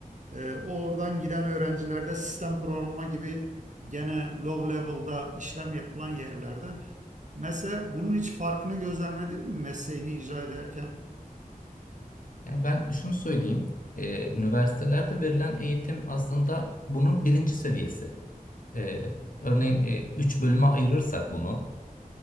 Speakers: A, on the right; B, on the left.
A: e, oradan giden öğrencilerde sistem programı gibi gene low level'da işlem yapılan yerlerde. Mesela bunun hiç farkını gözlemledin mi mesleğini icra ederken?
B: Yani ben şunu söyleyeyim, e, üniversitelerde verilen eğitim aslında bunun birinci seviyesi. E, örneğin e, 3 bölüme ayırırsak bunu.